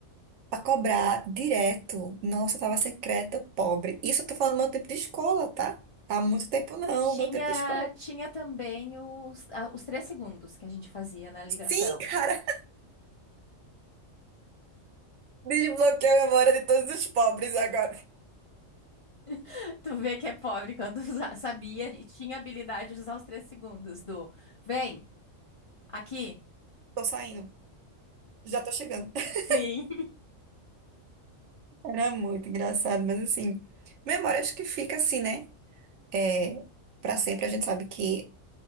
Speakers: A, on the right; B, on the left.
A: a cobrar direto. Nossa, eu tava sem crédito, pobre. Isso eu tô falando do meu tempo de escola, tá? Há muito tempo não,
B: Tinha,
A: meu tempo de escola.
B: tinha também os, a- os três segundos que a gente fazia na ligação.
A: Sim, <laughs> cara, desbloqueei a memória de todos os pobres agora.
B: <laughs> Tu vê que é pobre quando <laughs> usa- sabia e tinha habilidade de usar os três segundos do vem aqui.
A: Tô saindo, já tô chegando. <laughs>
B: Sim.
A: Era muito engraçado, mas assim, memória acho que fica assim, né? É, para sempre a gente sabe que